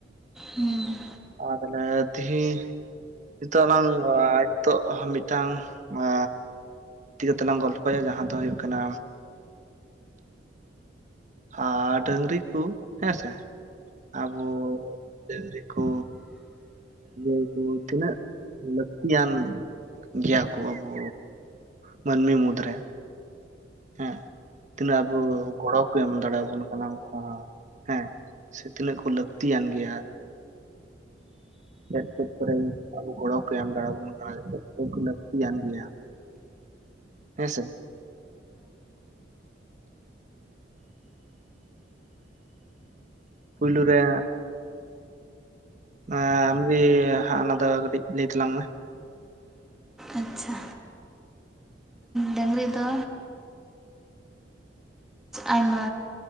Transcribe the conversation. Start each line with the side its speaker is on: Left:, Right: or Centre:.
Centre: ᱦᱩᱸ
Right: ᱟ ᱛᱟᱦᱚᱞᱮ ᱛᱤᱦᱤᱧ ᱱᱤᱛᱚᱜ ᱟᱞᱟᱝ <unintelligible> ᱱᱤᱛᱚᱜ ᱢᱤᱫᱴᱟᱝ ᱟᱻ ᱛᱤᱭᱟᱹ ᱛᱮ ᱞᱟᱝ ᱜᱚᱞᱯᱚᱭᱟ ᱡᱟᱦᱟᱸ ᱫᱚ ᱦᱳᱭᱳᱜ ᱠᱟᱱᱟ ᱟᱨ ᱰᱟᱝᱨᱤ ᱠᱩ ᱦᱮᱸᱥᱮ ᱟᱵᱚ ᱰᱟᱝᱨᱤ ᱠᱚ, <inaudible> ᱛᱤᱱᱟᱹᱜ ᱞᱟᱹᱠᱛᱤᱭᱟᱱ ᱜᱮᱭᱟ ᱠᱚ ᱟᱵᱚ? ᱢᱟᱹᱱᱢᱤ ᱢᱩᱫᱽ ᱨᱮᱼᱼ ᱦᱮᱸ ᱛᱤᱱᱟᱹᱜ ᱟᱵᱚ ᱜᱚᱲᱚ ᱠᱚ ᱮᱢ ᱫᱟᱲᱮ ᱟᱵᱚᱱ ᱠᱟᱱᱟ ᱩᱱᱠᱩ ᱦᱚᱸ ᱦᱮᱸ, ᱥᱮ ᱛᱤᱱᱟᱹᱜ ᱠᱚ ᱞᱟᱹᱠᱛᱤᱭᱟᱱ ᱜᱮᱭᱟ᱾ ᱪᱮᱫ ᱪᱮᱫ ᱠᱚᱨᱮ ᱟᱵᱚ ᱜᱚᱲᱚ ᱠᱚ ᱮᱢ ᱫᱟᱲᱮ ᱟᱵᱚᱱ ᱠᱟᱱᱟ ᱞᱟᱹᱠᱛᱤᱭᱟᱱ ᱜᱮᱭᱟ᱾ ᱦᱮᱸ ᱥᱮ, ᱯᱩᱭᱞᱩ ᱨᱮᱼᱼ ᱟᱢᱜᱮ ᱦᱟᱜ ᱚᱱᱟ ᱫᱚ ᱠᱟᱹᱴᱤᱡ ᱞᱟᱹᱭ ᱛᱟᱞᱟᱝ ᱢᱮ,
Centre: ᱟᱪᱪᱷᱟ ᱰᱟᱹᱝᱨᱤ ᱫᱚ? ᱟᱭᱢᱟ